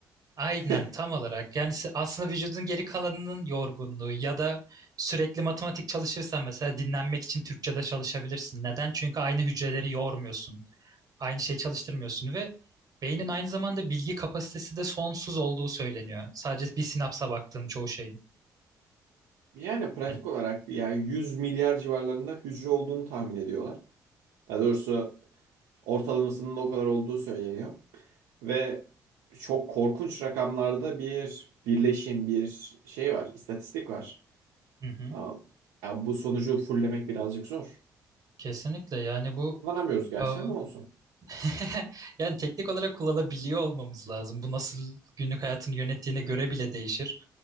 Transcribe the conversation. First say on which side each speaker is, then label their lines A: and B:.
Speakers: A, on the right; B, on the right.
A: aynen
B: <laughs>
A: tam olarak. Yani se- aslında vücudun geri kalanının yorgunluğu ya da sürekli matematik çalışırsan mesela dinlenmek için Türkçe'de çalışabilirsin. Neden? Çünkü aynı hücreleri yormuyorsun. Aynı şey çalıştırmıyorsun ve beynin aynı zamanda bilgi kapasitesi de sonsuz olduğu söyleniyor. Sadece bir sinapsa baktığın çoğu şeyin.
B: Yani pratik
A: Yani,
B: olarak ya 100 milyar civarlarında hücre olduğunu tahmin ediyorlar. Daha doğrusu ortalamasının o kadar olduğu söyleniyor. Ve çok korkunç rakamlarda bir birleşim, bir şey var, istatistik var.
A: hı hı,
B: Aa, Ya bu sonucu fullemek birazcık zor.
A: kesinlikle yani bu
B: Kullanamıyoruz gerçi
A: e,
B: ama olsun.
A: <laughs> yani teknik olarak kullanabiliyor olmamız lazım. Bu nasıl günlük hayatını yönettiğine göre bile değişir.